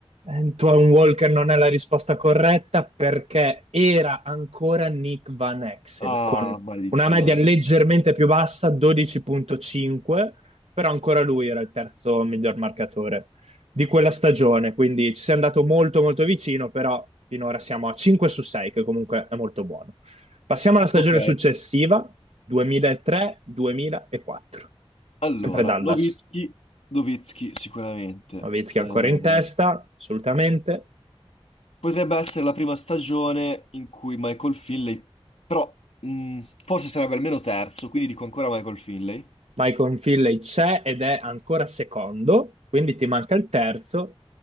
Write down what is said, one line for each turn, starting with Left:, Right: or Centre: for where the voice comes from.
Right: Antoine Walker non è la risposta corretta perché era ancora Nick Van Exel
Left: Ah,
Right: con
Left: maledizione.
Right: una media leggermente più bassa, 12.5, però ancora lui era il terzo miglior marcatore di quella stagione, quindi ci sei andato molto molto vicino, però finora siamo a 5 su 6, che comunque è molto buono. Passiamo alla stagione
Left: Ok,
Right: successiva, 2003-2004,
Left: allora,
Right: sempre Dallas.
Left: Nowitzki, Nowitzki sicuramente.
Right: Nowitzki
Left: Eh,
Right: ancora in testa, assolutamente.
Left: potrebbe essere la prima stagione in cui Michael Finley, però mh, forse sarebbe almeno terzo, quindi dico ancora Michael Finley.
Right: Michael Finley c'è ed è ancora secondo, quindi ti manca il terzo,